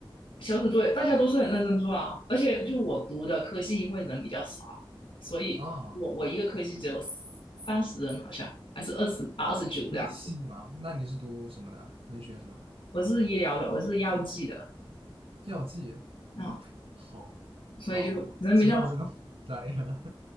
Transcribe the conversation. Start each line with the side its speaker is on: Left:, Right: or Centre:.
Left: 小组作业大家都是很认真做啊，而且就我读的科系因为人比较少，所以我我一个科系只有
Right: 啊，
Left: 三十人好像还是二十八二十九这样，
Right: 读戏吗？那你是读什么的？你学什么的？
Left: 我是医疗的，我是药剂的
Right: 药剂。
Left: 啊，
Right: 好，
Left: 所以就人比较少
Right: 好，好，好知道这个 <laughs> 专业了。